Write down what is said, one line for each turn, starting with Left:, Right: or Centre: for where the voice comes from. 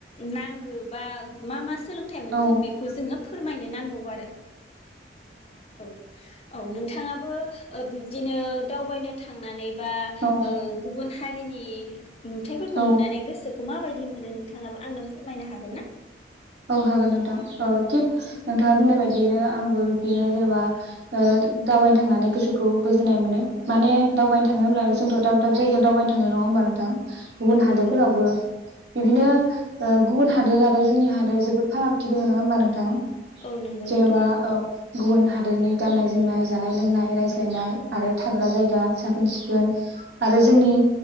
Left: नांगौ बा मा मा सोलोंथाइमोनखौ
Right: औ
Left: बे जोङो फोरमायनो नांगौ आरो औ। औ नोंथाङाबो ओ बिब्दिनो दावबायनो थांनानै बा
Right: औ
Left: ओ गुबुन हारिनि नुथायाइफोरखौ
Right: औ
Left: नुनानै गोसो खौ माबायदि मोनो नोंथाङाबो आंनो फोरमायनो हागोन ना!
Right: औ हागोन नोंथां। ओ थिक
Left: औ
Right: नोंथाङा बुंनाय बायदि बिदिनो आंबो बिदिनो जेनेबा दावबायनो थांनानै गोसोखौ गोजोननाय मोनो। माने दावबायनो थाङो होनोमब्लाानो जोंथ' दा। दाब जायगायावावबाय थाङोङ होमा नोंथां? गुबुन
Left: औ
Right: हादोरफोरावबो
Left: नंगौ
Right: बिदिनो गुबुन हादोर आरो जोंनि हादोर आरो जोबोद फारागथि दङ नङा होमबा नोंथां?
Left: औ नंगौ
Right: जेन'बा
Left: नोंथां।
Right: औ गुबुन हादोरनि गाननाय-जोमनाय, जानाय-लोंनाय, रायज्लायनाय आरो थाग्रा जायगा साखोन-सिखोन आरो जोंनि